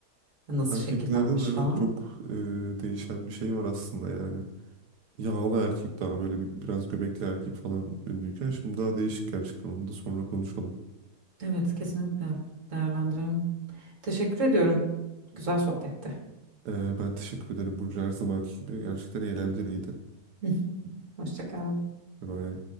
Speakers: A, on the right (about 50°); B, on the right (about 80°).
A: nasıl
B: Erkeklerde
A: şekillenmiş
B: de
A: falan.
B: evet çok e, değişen bir şey var aslında yani. Yağlı erkek daha böyle bir, biraz göbekli erkek falan ünlüyken şimdi daha değişik gerçekten onu da sonra konuşalım.
A: Evet, kesinlikle değerlendiriyorum. Teşekkür ediyorum. Güzel sohbetti.
B: E, ben teşekkür ederim Burcu her zamanki gibi. Gerçekten eğlenceliydi.
A: <laughs> Hoşça kal.
B: Bye.